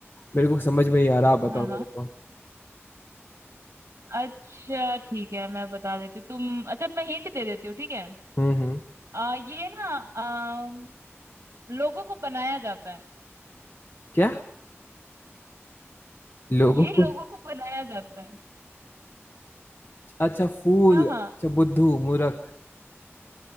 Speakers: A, on the left; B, on the right.
A: मेरे को समझ में ही आ रहा आप बताओ
B: हाँ
A: मेरे
B: हाँ
A: को
B: अच्छा ठीक है मैं बता देती हूँ तुम अच्छा मैं हिंट दे देती हूँ ठीक है
A: हम्म हम्म
B: आ, ये ना आ, लोगों को बनाया जाता है
A: क्या लोगों
B: ये लोगों
A: को
B: को बनाया जाता है
A: अच्छा फूल
B: हाँ
A: अच्छा
B: हाँ
A: बुद्धू मुरक